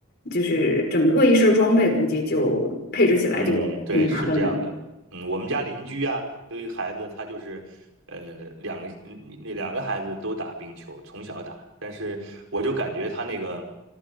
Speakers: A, on the left (about 55°); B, on the right (about 85°).
A: 就是整个一身儿装备，估计就配置起来就挺麻烦的。
B: 嗯，对，是这样的。嗯，我们家邻居啊，都有一个孩子，他就是，呃，两个嗯那两个孩子都打冰球，从小打。但是我就感觉他那个